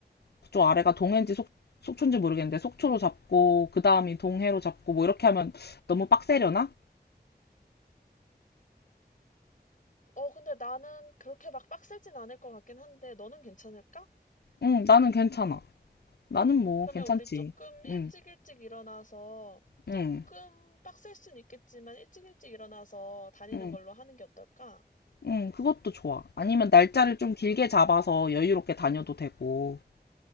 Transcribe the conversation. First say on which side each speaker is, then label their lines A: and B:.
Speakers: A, on the left; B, on the left.
A: 그쪽 아래가 동해인지 속, 속초인지 모르겠는데 속초로 잡고 그 다음이 동해로 잡고 뭐 이렇게 하면 너무 빡세려나?
B: 어, 근데 나는 그렇게 막 빡세진 않을 것 같긴 한데 너는 괜찮을까?
A: 응, 나는 괜찮아. 나는 뭐
B: 그러면
A: 괜찮지.
B: 우리 조금 일찍
A: 응.
B: 일찍 일어나서
A: 응,
B: 조금 빡셀 순 있겠지만 일찍 일찍 일어나서 다니는
A: 응,
B: 걸로 하는 게 어떨까?
A: 응, 그것도 좋아. 아니면 날짜를 좀 길게 잡아서 여유롭게 다녀도 되고.